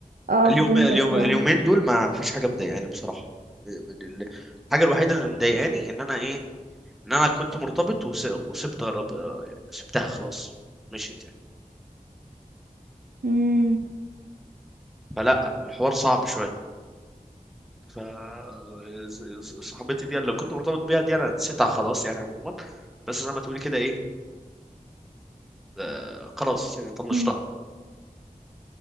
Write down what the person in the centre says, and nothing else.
اليوم
اليوم
اليومين دول ما فيش حاجه مضايقاني بصراحه ال- الحاجه الوحيده اللي مضايقاني ان انا ايه ان انا كنت مرتبط وس- وسبت الرب... آه، يعني سبتها خلاص مشيت يعني
فلا الحوار صعب شويه ف ز- ز- صاحبتي دي اللي كنت مرتبط بيها دي انا نسيتها خلاص يعني عموما بس زي ما تقولي كده ايه آه، خلاص يعني طنشتها